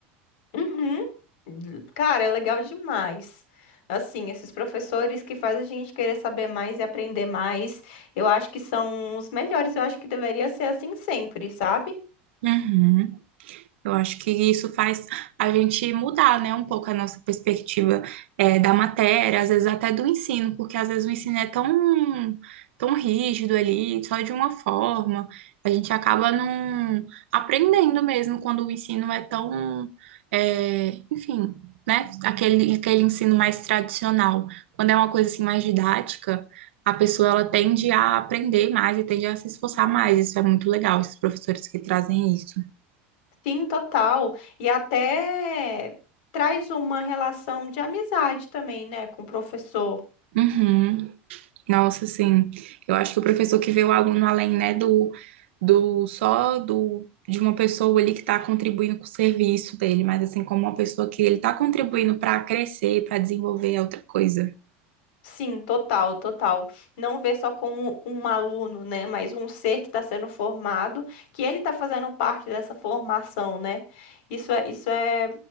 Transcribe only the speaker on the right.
Uhum. Eu acho que isso faz a gente mudar, né, um pouco a nossa perspectiva eh, da matéria, às vezes até do ensino, porque às vezes o ensino é tão, tão rígido ali, só de uma forma, a gente acaba não aprendendo mesmo quando o ensino é tão, eh, enfim, né, aquele, aquele ensino mais tradicional. Quando é uma coisa assim mais didática, a pessoa ela tende a aprender mais e tende a se esforçar mais. Isso é muito legal, esses professores que trazem isso.
Uhum. Nossa, sim. Eu acho que o professor que vê o aluno além, né, do, do só do de uma pessoa ali que está contribuindo com o serviço dele, mas assim como uma pessoa que ele está contribuindo para crescer, para desenvolver é outra coisa.